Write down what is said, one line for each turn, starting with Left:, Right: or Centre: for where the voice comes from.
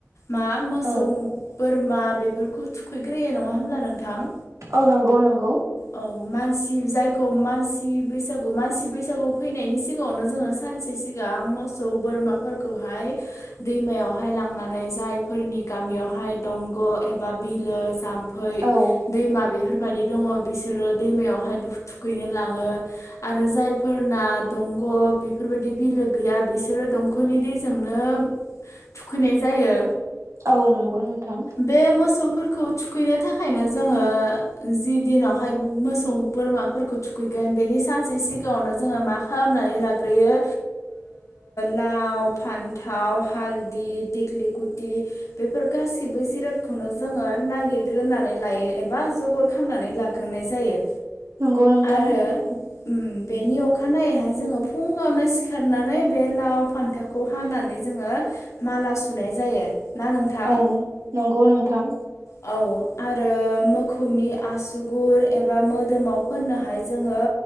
Left: मा मोसौ
Right: औ
Left: बोरमा बेफोरखौ थुखैग्रोयो नङा होमब्ला नोंथां
Right: औ नंगौ नंगौ
Left: औ मानसि जायखौ मानसि बैसागु मानसि बैसागु फैनायनि सिगाङावनो जोङो सानसे सिगां मोसौ बोरमाफोरखौहाय दैमायावहाय लांनानै जायफोरनि गामियावहाय दंग' एबा बिलो जाम फै
Right: औ
Left: दैमा बे बेफोरबायदि दङ बिसोरो दैमायावहाय दु थुखैनो लाङो आरो जायफोरना दंग' बेफोरबायदि बिलो गैया बिसोरो दंखलनि दैजोंनो थुखैनाय जायो।
Right: औ नंगौ नोंथां
Left: बे मोसौफोरखौ थुखैनो थाखाय ओंखायनो जोङो जि दिनावहाय मोसौ बोरमाखौ फोरखौ थुखैगोन बेनि सानसे सिगाङावनो जोङो मा खालामनानै लाग्रोयो लाव फान्थाव हालदि देग्लि लिति बेफोर गासैखौबो जिरादखौनो जोङो नागिरग्रोनानै लायो एबा जगर खालामनानै लाग्रोनाय जायो।
Right: नंगौ नोंथां।
Left: आरो उम बेनि अखानायैहाय जोङो फुङावनो सिखारनानै बे लाव फान्थावखौ हानानै जोङो माला सुनाय जायो। ना नोंथां?
Right: औ नंगौ नोंथां
Left: औ आरो मोखौनि आसुगुर एबा मोदोमाव फोननोहाय जोङो